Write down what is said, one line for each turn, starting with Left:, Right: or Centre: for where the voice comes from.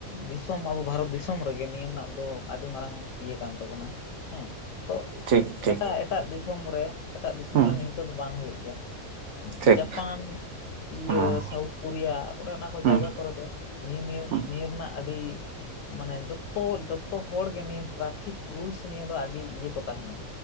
Left: ᱫᱤᱥᱚᱢ ᱟᱵᱚ ᱵᱷᱟᱨᱚᱛ ᱫᱤᱥᱚᱢ ᱨᱮᱜᱮ ᱱᱤᱭᱟᱹ ᱨᱮᱱᱟᱜ ᱫᱚ ᱟᱹᱰᱤ ᱢᱟᱨᱟᱝ ᱤᱭᱟᱹ ᱠᱟᱱ ᱛᱟᱵᱚᱱᱟ ᱦᱮᱸ ᱛᱚ
Right: ᱴᱷᱤᱠ ᱴᱷᱤᱠ
Left: ᱮᱴᱟᱜ ᱮᱴᱟᱜ ᱫᱤᱥᱚᱢ ᱨᱮ ᱮᱴᱟᱜ ᱫᱤᱥᱚᱢ
Right: ᱦᱩᱸ
Left: ᱨᱮ ᱱᱤᱝᱠᱟᱹ ᱫᱚ ᱵᱟᱝ ᱦᱩᱭᱩᱜ ᱜᱮᱭᱟ᱾
Right: ᱴᱷᱤᱠ
Left: ᱡᱟᱯᱟᱱ ᱤᱭᱟᱹ
Right: ᱦᱩᱸ
Left: ᱥᱟᱣᱩᱛ ᱠᱳᱨᱤᱭᱟ ᱚᱱᱮ ᱚᱱᱟ ᱠᱚ
Right: ᱦᱩᱸ
Left: ᱡᱟᱭᱜᱟ ᱠᱚᱨᱮ ᱫᱚ ᱱᱤᱭᱟᱹ ᱱᱤᱭᱚᱢ
Right: ᱦᱩᱸ
Left: ᱱᱤᱭᱟᱹ ᱨᱮᱱᱟᱜ ᱟᱹᱰᱤ ᱢᱟᱱᱮ ᱡᱚᱛᱚ ᱡᱚᱛᱟ ᱦᱚᱲᱜᱮ ᱱᱤᱭᱟᱹ ᱴᱨᱟᱯᱷᱤᱠ ᱨᱩᱞᱥ ᱱᱤᱭᱟᱹ ᱫᱚ ᱟᱹᱰᱤ ᱤᱭᱟᱹ ᱠᱚ ᱛᱟᱦᱮᱱᱟ᱾